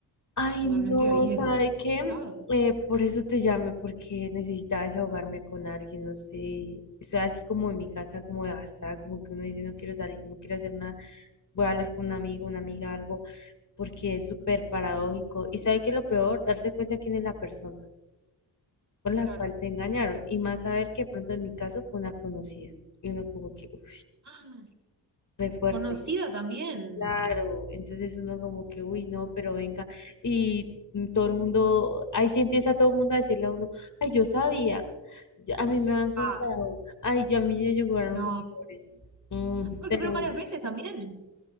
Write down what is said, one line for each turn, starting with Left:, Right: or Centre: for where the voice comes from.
Left: Ay,
Right: totalmente
Left: no,
Right: ahí
Left: ¿sabe
Right: desbastada.
Left: qué? Eh, por eso te llamé, porque necesitaba desahogarme con alguien, no sé. Estoy así como en mi casa, como de gastar, como que uno dice, no quiero salir, no quiero hacer nada, voy a hablar con un amigo, una amiga, algo, porque es súper paradójico. Y ¿sabe qué es lo peor? Darse cuenta quién es la persona con la
Right: Claro.
Left: cual te engañaron, y más saber que de pronto en mi caso fue una conocida. Y uno como que, uff,
Right: Ah,
Left: re fuerte.
Right: conocida también.
Left: Claro, entonces uno como que, uy, no, pero venga, y todo el mundo, ahí sí empieza todo el mundo a decirle a uno, ay, yo sabía, ya- a mí me han contado,
Right: Ah,
Left: ay, ya a mí me llegaron
Right: no.
Left: rumores, Mm,
Right: Porque
Left: pero,
Right: fueron varias veces también.